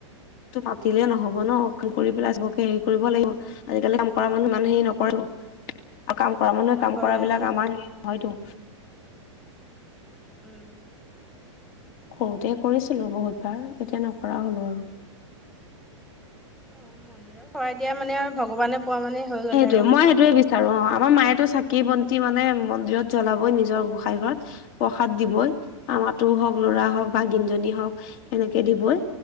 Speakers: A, on the left; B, in the centre.
A: টো মাতিলে নহব ন কৰি পেলাই চবৰকে হেৰি কৰিব লাগিব আজিকালি কাম কৰা মানুহ ইমান হেৰি
B: উম
A: নক। কৰ আৰু কাম কৰা মানুহে
B: নকৰে
A: কাম কৰা বিলাক
B: অ
A: আমাৰ হে হয়তটো
B: উম
A: সৰুতে কৰিছিলোঁ বহুতবাৰ এতিয়া নকৰা হ'লোঁ আৰু
B: অ মন্দিৰত শৰাই দিয়া মানে আৰু ভগৱানে পোৱা মানে হৈ গ'ল
A: সেইটোয়ে
B: আৰু
A: মই সেইটোয়ে বিচাৰো অ আমাৰ মায়েতো চাকি বন্তি মানে মন্দিৰত জ্বলাবই নিজৰ গোসাই ঘৰত প্ৰসাদ দিবই
B: উম
A: আমাক হওক লৰা হওক বা গিনজনী হওক সেনেকে দিবই